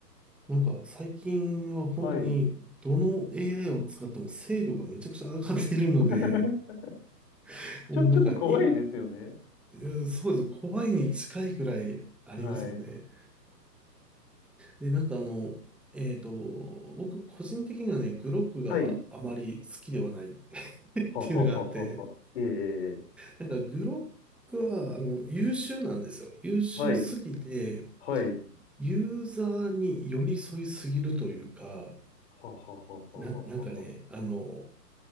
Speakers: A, in the centre; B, on the left (about 40°).
A: なんか最近は本当にどの
B: はい。
A: AI を使っても精度がめちゃくちゃ上がってるので、
B: <laughs>
A: <laughs> もうなんかい、
B: ちょ、ちょっと怖いですよね。
A: うんそうですね。怖いに近いくらいありますもんね。
B: はい。
A: で、なんかあの、えっと、僕個人的にはね、グロックがあまり好きではない
B: はい。
A: <laughs> っ
B: はははははは。
A: ていうのがあって、
B: ええええ
A: なんかグロックはあの優秀なんですよ。優秀すぎて、
B: はい。はい。
A: ユーザーに寄り添いすぎるというか、
B: ははははははは。
A: な、なんかね、あの、